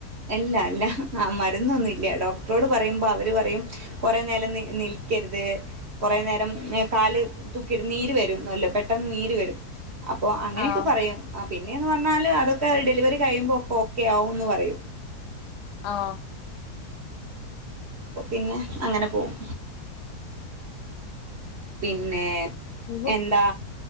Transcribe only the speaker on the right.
ഇല്ല ല്ല ആ മരുന്നൊന്നും ഇല്ല ഡോക്ടറോട് പറയുമ്പോ അവർ പറയും കുറേ നേരം നിൽക്കരുത്. <unintelligible> കൊറെ നേരം എ കാല് തൂക്കിട്ട് നീര്‌വെരും നല്ലം പെട്ടെന്ന് നീര്‌വെരും. അപ്പോ അങ്ങനെയൊക്കെ
പറയും ആഹ് പിന്നെന്ന് പറഞ്ഞാല് അതൊക്കെ ഡെലിവറി കഴിയുമ്പോക്കെ ഓക്കെ ആവുംന്ന് പറയും.
അപ്പ പിന്നെ അങ്ങനെ പോവും. പിന്നെ
എന്താ.